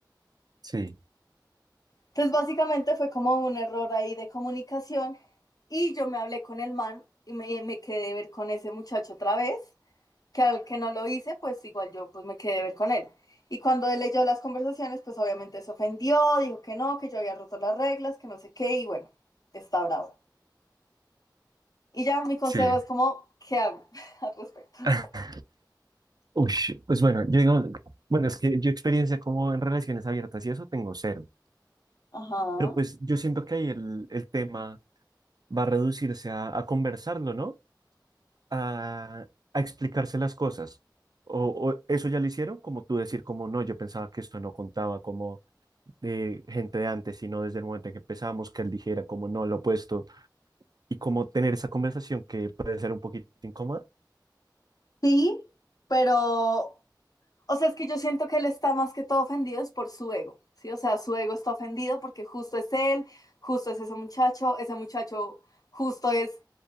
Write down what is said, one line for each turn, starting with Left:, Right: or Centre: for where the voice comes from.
Right: sí,
Left: Entonces, básicamente fue como un error ahí de comunicación y yo me hablé con el man y me, me quedé de ver con ese muchacho otra vez, que al que no lo hice, pues igual yo pues me quedé de ver con él. Y cuando él leyó las conversaciones, pues obviamente se ofendió, dijo que no, que yo había roto las reglas, que no sé qué, y bueno, está bravo. Y ya mi consejo
Right: sí.
Left: es como, ¿qué hago <laughs> al respecto?
Right: <laughs> Uy, pues bueno, yo digo, bueno, es que yo experiencia como en relaciones abiertas y eso tengo cero.
Left: Ajá.
Right: Pero pues yo siento que ahí el, el tema va a reducirse a, a conversarlo, ¿no? A, a explicarse las cosas. O, o eso ya lo hicieron, como tú decir, como no, yo pensaba que esto no contaba como de gente de antes, sino desde el momento en que empezamos, que él dijera como no, lo opuesto, y como tener esa conversación que puede ser un poquito incómoda.
Left: Sí, pero O sea, es que yo siento que él está más que todo ofendido es por su ego, ¿sí? O sea, su ego está ofendido porque justo es él, justo es ese muchacho, ese muchacho justo es,